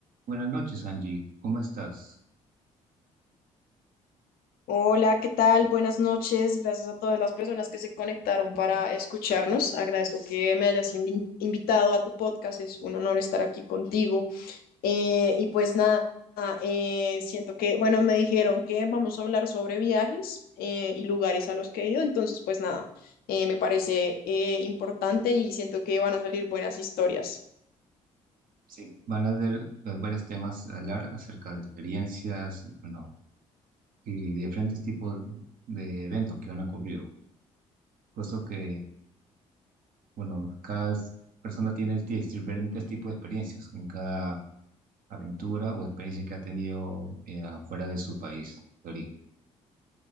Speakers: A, on the right; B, on the left.
A: Buenas noches, Angie. ¿Cómo estás?
B: Hola, ¿qué tal? Buenas noches. Gracias a todas las personas que se conectaron para escucharnos. Agradezco que me hayas invi- invitado a tu podcast. Es un honor estar aquí contigo. Eh, y pues nada, eh, siento que, bueno, me dijeron que vamos a hablar sobre viajes eh, y lugares a los que he ido. Entonces, pues nada, eh, me parece eh, importante y siento que van a salir buenas historias.
A: Sí, Van a haber eh, varios temas a hablar acerca de experiencias, bueno, y diferentes tipos de eventos que han ocurrido. Puesto que, bueno, cada persona tiene ti- diferentes tipos de experiencias en cada aventura o experiencia que ha tenido eh, afuera de su país de origen.